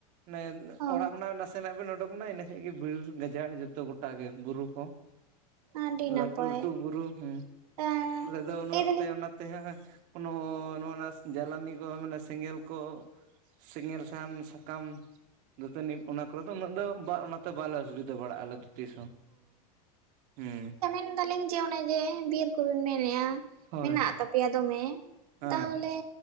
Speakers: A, on the right; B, on the right.
A: ᱢᱟᱱᱮ
B: ᱚ
A: ᱚᱲᱟᱜ ᱠᱷᱚᱱᱟᱜ ᱱᱟᱥᱼᱼ ᱥᱮᱱᱟᱜ ᱵᱮᱱ ᱩᱰᱩᱠ ᱮᱱᱟ ᱤᱱᱟᱹ ᱠᱷᱟᱡ ᱜᱮ ᱵᱤᱨ ᱜᱟᱡᱟᱲ ᱡᱚᱛᱚ ᱜᱚᱴᱟ ᱜᱮ ᱵᱩᱨᱩ ᱠᱚ᱾
B: ᱟᱹᱰᱤ ᱱᱟᱯᱟᱭ
A: ᱞᱟᱹᱴᱩ-ᱞᱟᱹᱴᱩ ᱵᱩᱨᱩ ᱦᱮᱸ,
B: ᱮᱸ
A: ᱟᱞᱮ ᱫᱚ ᱩᱱᱟᱹᱜ
B: ᱞᱟᱹᱭ ᱫᱟᱞᱤᱧ
A: ᱛᱮ ᱚᱱᱟᱛᱮᱼᱼ ᱠᱱᱚ ᱱᱚᱜᱼ ᱱᱟ ᱡᱟᱞᱟᱱᱤ ᱠᱚ ᱢᱟᱱᱮ ᱥᱮᱸᱜᱮᱞ ᱠᱚᱼᱼ ᱥᱮᱸᱜᱮᱞ ᱥᱟᱦᱟᱱ ᱥᱟᱠᱟᱢᱼᱼ ᱫᱟᱹᱛᱟᱹᱱᱤ ᱚᱱᱟ ᱠᱚᱨᱮ ᱫᱚ ᱩᱱᱟᱹᱜ ᱫᱚ ᱚᱱᱟᱛᱮ ᱵᱟᱞᱮ ᱚᱥᱩᱵᱤᱫᱷᱟ ᱵᱟᱲᱟᱜᱼᱟ ᱟᱞᱮ ᱫᱚ᱾ ᱛᱤᱥ ᱦᱚᱸ ᱦᱮᱸ᱾
B: ᱢᱮᱱ ᱮᱫᱟᱞᱤᱧ ᱡᱮ ᱚᱱᱮ ᱡᱮ ᱵᱤᱨ ᱠᱚᱵᱤᱱ ᱢᱮᱱᱮᱫᱼᱟᱼᱼ
A: ᱦᱳᱭ
B: ᱢᱮᱱᱟᱜ ᱛᱟᱯᱮᱭᱟ ᱫᱚᱢᱮ
A: ᱦᱮᱸ
B: ᱛᱟᱦᱚᱞᱮ